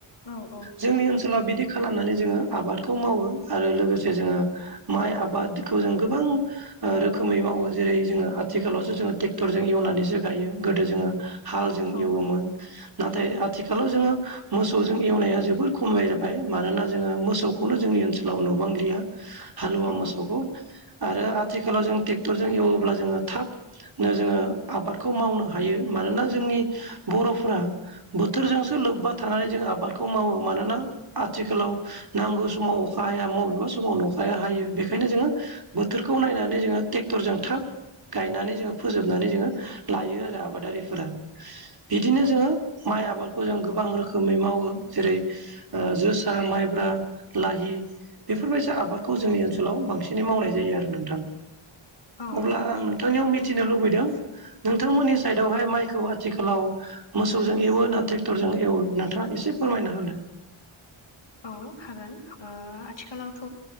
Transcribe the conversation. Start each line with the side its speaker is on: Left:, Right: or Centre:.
Left: औ औ नंगौ
Right: जोंनि ओनसो लाव बिदि खालामनानै जोङो आबादखौ मावो आरो लोगोसे जोङो माइ आबादखौ जों गोबां रोखोमै मावो जेरै जोङो आथिखालावसो जोङो ट्रेक्टरजों एवनानैसो गायो गोदो जोङो हालजों
Left: औ
Right: एवोमोन। नाथाय आथिखालाव जोङो मोसौजों एवनाया जोबोर खमलायबाय मानोना जोङो मोसौ बे खौनो जोंनि ओनसोलाव नुबांलिया हालुवा
Left: औ
Right: मोसौखौ
Left: औ नंगौ
Right: आरो आथिखालाव जों ट्रेक्टरजों एवोब्ला जोङो थाब नो जोङो आबादखौ मावनो हायो मानोना जोंनि बर'फोरा बोथोरजोंसो लोब्बा थानानै जों आबादखौ मावो मानोना आथिखालाव नांगौ समाव अखा हाया बबेबा समाव अखाया हायो बेखायनो जोङो बोथोरखौ नायनानै जोङो ट्रेक्टरजों थाब गायनानै जोङो फोजोबनानै जोङो लायो आरो आबादारिफोरा बिदिनो जोङो माइ आबादखौ जों गोबां रोखोमै मावो जेरै जोसा, माइब्रा, लाहि बेफोरबायस आबादखौ जोंनि ओनसोलाव बांसिनै मावनाय जायो आरो नोंथां
Left: औ
Right: अब्ला
Left: नंगौ
Right: आं नों थांनियाव मिथिनो लुबैदों नोंथांमोननि साइडआवहाय माइखौ आथिखालाव मोस मोसौजों एवो ना ट्रेक्टरजों एवो नोंथाङा एसे फोरमायना होलाय।
Left: औ हागोन ओ आथिखालावथ'